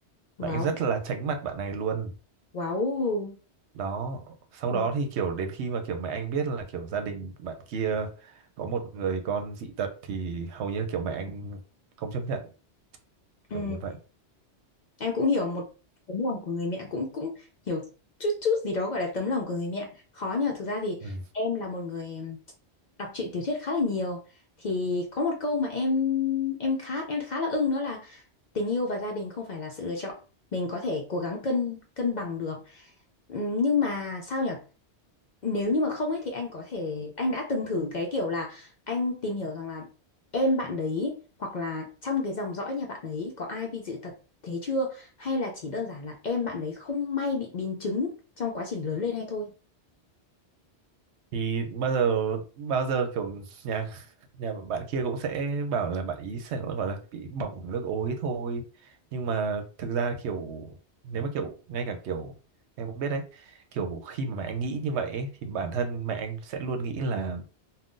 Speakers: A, on the left (about 55°); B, on the right (about 75°).
A: Wow,
B: mẹ anh rất là tránh mặt bạn này luôn
A: wow.
B: đó sau
A: Wow.
B: đó thì kiểu đến khi mà kiểu mẹ anh biết là kiểu gia đình bạn kia có một người con dị tật thì hầu như kiểu mẹ anh không chấp nhận
A: Ừ.
B: kiểu như vậy
A: Em cũng hiểu một tấm lòng của người mẹ cũng cũng hiểu chút chút gì đó gọi là tấm lòng của người mẹ. Khó nhờ thực ra thì
B: ừ.
A: em là một người đọc truyện tiểu thuyết khá là nhiều thì có một câu mà em em khá em khá là ưng đó là tình yêu và gia đình không phải là sự lựa chọn mình có thể cố gắng cân cân bằng được Ừm, nhưng mà sao nhỉ nếu như mà không ấy thì anh có thể anh đã từng thử cái kiểu là anh tìm hiểu rằng là em bạn đấy hoặc là trong cái dòng dõi nhà bạn ấy có ai bị dị tật thế chưa hay là chỉ đơn giản là em bạn đấy không may bị biến chứng trong quá trình lớn lên hay thôi
B: thì bao giờ bao giờ kiểu nhà nhà bạn kia cũng sẽ bảo là bạn ý sẽ gọi là bị bỏng nước ối thôi nhưng mà thực ra kiểu nếu mà kiểu ngay cả kiểu em cũng biết đấy kiểu khi mà mẹ anh nghĩ như vậy ấy, thì bản thân mẹ anh sẽ luôn nghĩ là